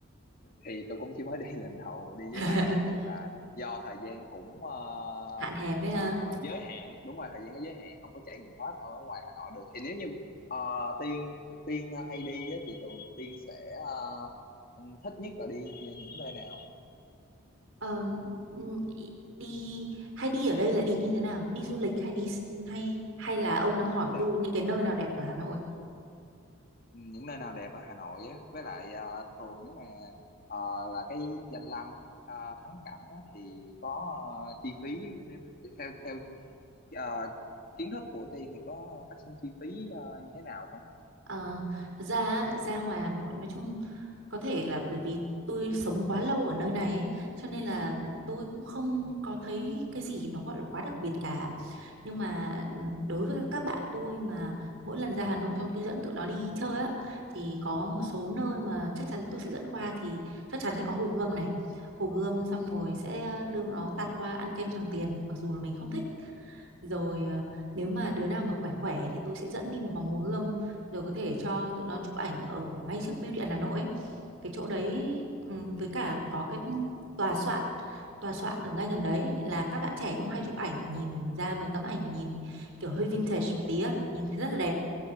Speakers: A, on the left; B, on the right.
A: thì tôi cũng chỉ mới đi <laughs> lần đầu đi
B: <laughs>
A: với bạn nói chung là do thời gian cũng ờ,
B: hạn hẹp ấy ha
A: ờ, giới hạn đúng rồi thời gian có giới hạn không có trải nghiệm hết ở ngoài Hà Nội được thì nếu như ờ, Tiên Tiên hay đi á, thì thường Tiên sẽ ờ, thích nhất là đi những nơi nào
B: Ờ, ừ, đi hay đi ở đây là đi như thế nào đi du lịch hay đi hay hay là ông đang hỏi
A: Dạ,
B: tôi những cái nơi nào đẹp ở Hà Nội
A: những nơi nào đẹp ở Hà Nội á với lại ờ, thường nếu mà ờ, là cái danh lam ờ, thắng cảnh á, thì có ờ, chi phí nếu mà theo theo ờ, kiến thức của Tiên thì có phát sinh chi phí ờ, như thế nào không?
B: Ờ, thật ra á, ra ngoài Hà Nội nói chung có thể là bởi vì tôi sống quá lâu ở nơi này ấy, cho nên là tôi cũng không có thấy cái gì nó gọi là quá đặc biệt cả nhưng mà ừ, đối với các các bạn tôi mà mỗi lần ra Hà Nội xong tôi dẫn tụi nó đi chơi á thì có một số nơi mà chắc chắn tôi sẽ dẫn qua thì chắc chắn sẽ có Hồ Gươm này Hồ Gươm xong rồi sẽ đưa bọn nó tạt qua ăn kem Tràng Tiền mặc dù là mình không thích rồi à, nếu mà đứa nào mà khỏe khỏe thì tôi sẽ dẫn đi một vòng Hồ Gươm rồi có thể cho tụi nó chụp ảnh ở ngay trước bưu điện Hà Nội ấy. Cái chỗ đấy ừm, với cả có cái tòa soạn tòa soạn ở ngay gần đấy là các bạn trẻ cũng hay chụp ảnh nhìn ra mấy tấm ảnh nhìn kiểu hơi vintage một tí á nhìn rất là đẹp